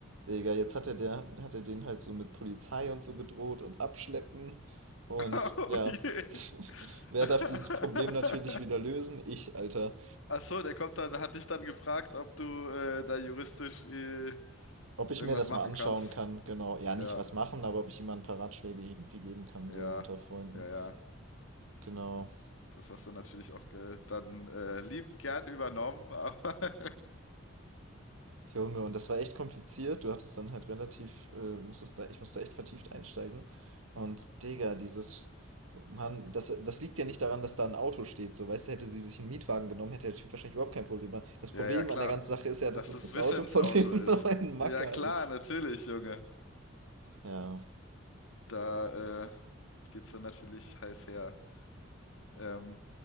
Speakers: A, on the right; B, on the left.
A: Digga, jetzt hat er, der, hat er den halt so mit Polizei und so bedroht und abschleppen und
B: <laughs> Oh
A: ja,
B: je.
A: <laughs> wer
B: <laughs>
A: darf dieses Problem natürlich wieder lösen? Ich, Alter.
B: Ach so, der kommt dann, hat dich dann gefragt, ob du äh, da juristisch äh,
A: Ob ich
B: irgendwas
A: mir das
B: machen
A: mal anschauen
B: kannst.
A: kann, genau. Ja,
B: Ja,
A: nicht was machen, aber ob ich jemandem ein paar Ratschläge irgendwie geben kann,
B: ja,
A: so unter Freunden.
B: ja, ja.
A: Genau.
B: Das hast du natürlich auch ge dann äh, liebend gern übernommen, aber <laughs>
A: Junge, und das war echt kompliziert. Du hattest dann halt relativ, äh, musstest da, ich musste echt vertieft einsteigen. Und Digga, dieses, Mann, das, das liegt ja nicht daran, dass da ein Auto steht. So, weißt du, hätte sie sich einen Mietwagen genommen, hätte der Typ wahrscheinlich überhaupt kein Problem. gehabt. Das
B: Ja,
A: Problem
B: ja, klar.
A: an der ganzen Sache ist ja, dass
B: Dass
A: das
B: es
A: das
B: Wissams
A: Auto von
B: Auto
A: dem
B: ist.
A: <laughs> neuen Macker
B: Ja, klar,
A: ist.
B: natürlich, Junge.
A: Ja.
B: Da äh, geht's dann natürlich heiß her. Ähm,